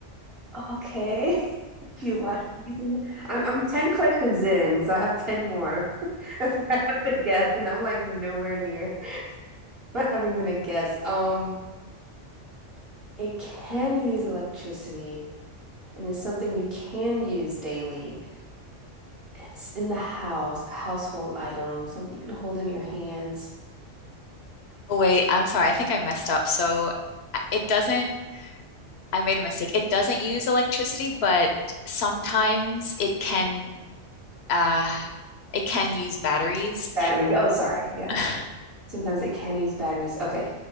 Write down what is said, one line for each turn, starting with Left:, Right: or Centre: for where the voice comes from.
Right: Okay. <laughs> If you like using it. I'm, I'm 10 questions in, so I have 10 more. <laughs> I have to guess, and I'm like nowhere near. <laughs> I haven't even a guess. Um, it can use electricity, and it's something you can use daily. And it's in the house, a household item, something you can hold in your hands.
Left: Oh, wait, I'm sorry. I think I messed up. So uh, it doesn't I made a mistake. It doesn't use electricity, but sometimes it can uh it can use batteries.
Right: Batteries. Oh, sorry. Yeah.
Left: <laughs>
Right: Sometimes it can use batteries. Okay.